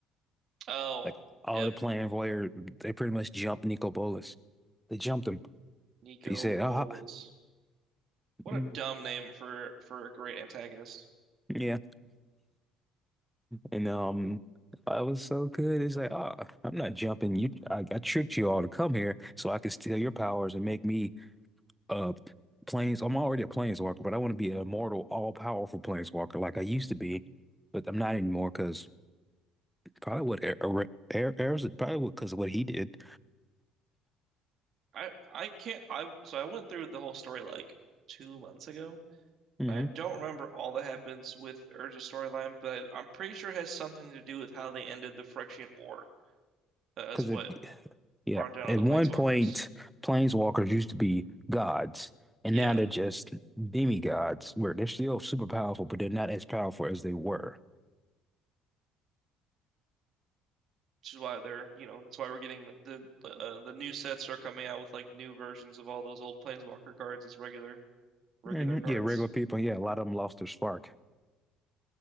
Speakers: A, on the right (about 60°); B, in the centre.
A: Oh,
B: Like all
A: yep,
B: the Plan Voyeur, they pretty much jumped Nico Bolas. They jumped him.
A: Nico
B: He said, "Ah,
A: Bolas.
B: ah,
A: What
B: mm,
A: a dumb name for for a great antagonist.
B: yeah." And um, I was so good. It's like, ah, I'm not jumping. You, I, I tricked you all to come here so I could steal your powers and make me uh planes. I'm already a planeswalker, but I want to be an immortal, all-powerful planeswalker like I used to be, but I'm not anymore because probably what Air, Air, Air, Air's probably because of what he did.
A: I I can't I so I went through the whole story like two months ago.
B: hmm
A: I don't remember all that happens with Urza's storyline, but I'm pretty sure it has something to do with how they ended the Phyrexian War. Uh, is
B: Because
A: what
B: it, yeah,
A: brought down
B: at
A: all the
B: one
A: Planeswalkers.
B: point, planeswalkers used to be gods, and
A: Yeah,
B: now they're just demigods, where they're still super powerful, but they're not as powerful as they were.
A: which is why they're you know that's why we're getting the uh, the new sets are coming out with like new versions of all those old Planeswalker cards as regular regular
B: hmm
A: cards.
B: Yeah, regular people. Yeah, a lot of them lost their spark.